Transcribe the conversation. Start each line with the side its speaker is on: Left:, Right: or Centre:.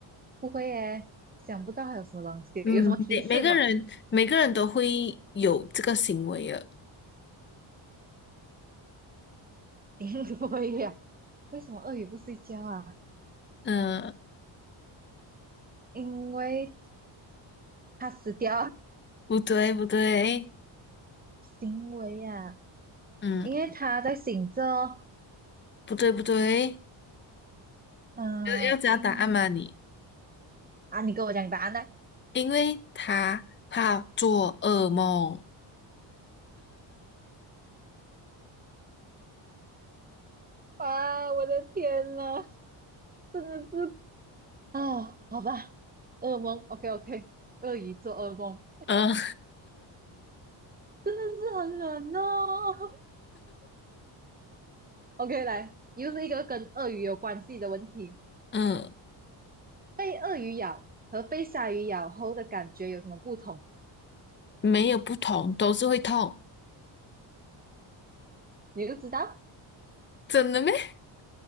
Right: 不会耶，想不到还有什么东西，
Left: 嗯，
Right: 有什么提示吗？
Left: 每每个人每个人都会有这个行为的。
Right: <laughs> 不会呀、为什么鳄鱼不睡觉啊？
Left: 嗯
Right: 因为它死掉啊，
Left: 不对，不对，
Right: 行为啊，
Left: 嗯，
Right: 因为它在醒着
Left: 不对，不对，
Right: 哦
Left: 要要知道答案吗你？
Right: 嗯、因啊，你跟我讲答案呢？
Left: 因为他怕做噩梦，
Right: 啊，我的天呐，真的是哦，好吧，噩梦，OK OK，鳄鱼做噩梦，
Left: 嗯
Right: 真的是很冷哦。<laughs> OK，来，又是一个跟鳄鱼有关系的问题，
Left: <laughs> 嗯，
Right: 被鳄鱼咬和被鲨鱼咬后的感觉有什么不同？
Left: 没有不同，都是会痛，
Right: 你都知道，
Left: 真的咩？<laughs>